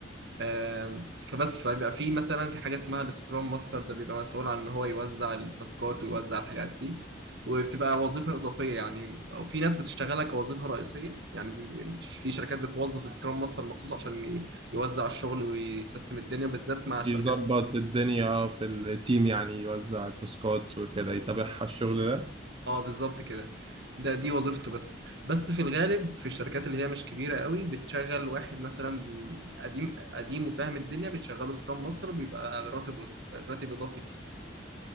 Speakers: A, on the right (about 65°); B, on the right (about 30°).
A: آم، فبس فبيبقى في مثلا في حاجه اسمها السكرام ماستر ده بيبقى مسؤول عن ان هو يوزع التاسكات ويوزع الحاجات دي وبتبقى وظيفه اضافيه يعني او في ناس بتشتغلها كوظيفه رئيسيه يعني بي- في شركات بتوظف سكرام ماستر مخصوص عشان ي- يوزع الشغل ويسيستم الدنيا بالذات مع الشركات
B: يظبط
A: ال-
B: الدنيا اه في التيم يعني يوزع التاسكات وكده يتابعها الشغل ده
A: اه بالظبط كده ده دي وظيفته بس بس في الغالب في الشركات اللي هي مش كبيره قوي بتشغل واحد مثلا قديم قديم وفاهم الدنيا بتشغله سكرام ماستر بيبقى راتب راتب اضافي ليه